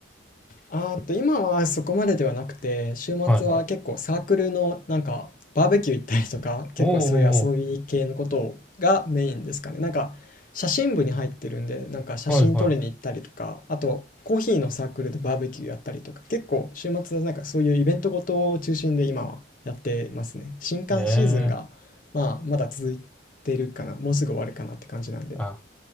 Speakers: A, on the left; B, in the centre.
A: あーっと今はそこまでではなくて、週末は結構サークルのなんかバーベキュー行ったりとか、
B: はいはい。
A: 結構そういう遊び系のことがメインですかね。
B: おーおー
A: なんか写真部に入ってるんで、なんか写真撮りに行ったりとか、
B: おー、はいはい。
A: あとコーヒーのサークルでバーベキューやったりとか、結構週末はなんかそういうイベントごとを中心で今はやってますね。新刊シーズンがまあまだ続いてるかな、
B: ええ
A: もうすぐ終わるかなって感じなんで。
B: あ、